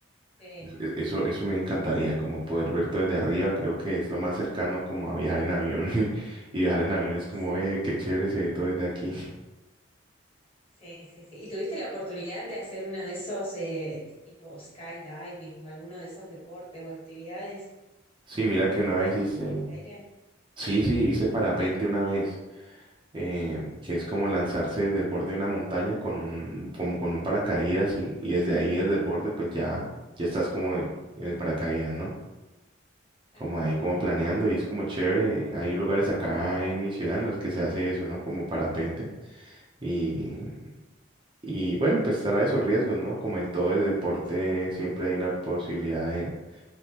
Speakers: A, on the left (about 30°); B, on the right (about 25°).
A: Sí,
B: es- es- eso, eso me encantaría,
A: sí, sí.
B: como poder ver todo desde arriba, creo que es lo más cercano como a viajar en avión. <laughs> Y viajar en avión es como,
A: Sí,
B: eh, qué chévere se ve todo desde aquí.
A: sí, sí, sí. ¿Y tuviste la oportunidad de hacer uno de esos eh, tipo skydiving o alguno de esos deportes o actividades?
B: Sí, mira
A: Si te
B: que
A: gusta
B: una vez
A: el,
B: hice,
A: el aire.
B: sí, sí, hice parapente una vez, eh,
A: Ujú.
B: que es como lanzarse desde el borde de una montaña con un, como con un paracaídas y, y desde ahí, desde el borde, pues ya, ya estás como en el paracaídas, ¿no?
A: Ajá.
B: Como ahí, como planeando y es como chévere. Hay lugares acá en mi ciudad en los que se hace eso, ¿no? Como parapente. Y, y bueno, pues trae sus riesgos, ¿no? Como en todo el deporte, siempre hay una posibilidad de